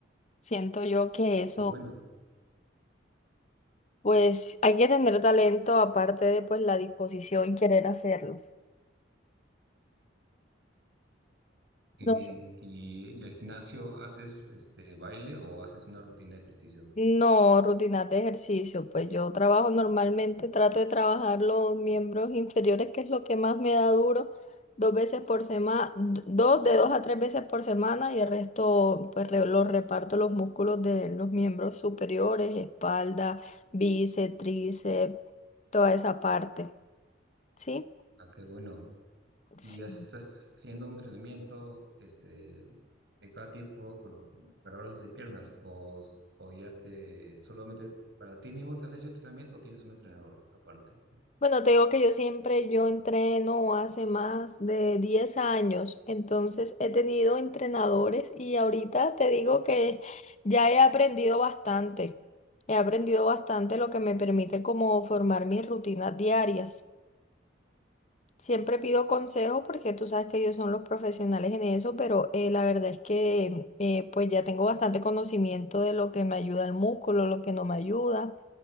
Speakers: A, on the left; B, on the right.
A: Siento yo que eso,
B: Qué bueno,
A: pues hay que tener talento aparte de pues la disposición y querer hacerlo.
B: qué
A: No.
B: bien. ¿Y en el gimnasio haces este baile o haces una rutina de ejercicio?
A: No, rutinas de ejercicio, pues yo trabajo normalmente, trato de trabajar los miembros inferiores, que es lo que más me da duro, dos veces por semana, dos de dos a tres veces por semana y el resto pues re- lo reparto los músculos de los miembros superiores, espalda, bíceps, tríceps, toda esa parte, ¿sí?
B: Ah, qué bueno.
A: Sí.
B: ¿Y ya estás haciendo un entrenamiento este, de cada tipo, bueno, para brazos y piernas? ¿O, s- o ya te, solamente para ti mismo te has hecho el entrenamiento o tienes un entrenador aparte?
A: Bueno, te digo que yo siempre, yo entreno hace más de 10 años, entonces he tenido entrenadores y ahorita te digo que ya he aprendido bastante, he aprendido bastante lo que me permite como formar mis rutinas diarias. Siempre pido consejo porque tú sabes que ellos son los profesionales en eso, pero eh, la verdad es que eh, pues ya tengo bastante conocimiento de lo que me ayuda el músculo, lo que no me ayuda,